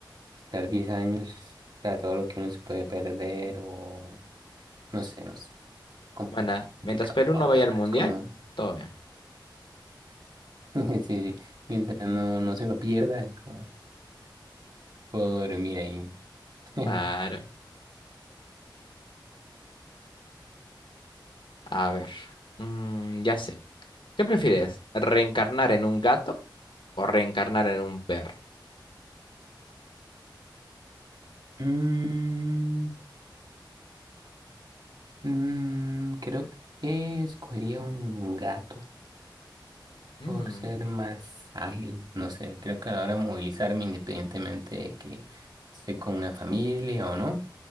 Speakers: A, on the right (about 60°); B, on the left (about 80°).
A: estar diez años, o sea, todo lo que uno se puede perder o No sé, no sé. com-
B: Bueno,
A: Complicado,
B: mientras Perú no
A: la
B: vaya
A: verdad.
B: al mundial,
A: Es como,
B: todo bien.
A: <laughs> sí, sí. Mientras no, no se lo pierda, es como, puedo dormir ahí. <laughs>
B: Claro. A ver, mm, ya sé. ¿Qué prefieres? ¿Reencarnar en un gato o reencarnar en un perro?
A: Mm, mm, creo que escogería un gato
B: Mm,
A: por ser más ágil. No sé, creo que a la hora de movilizarme, independientemente de que esté con una familia o no,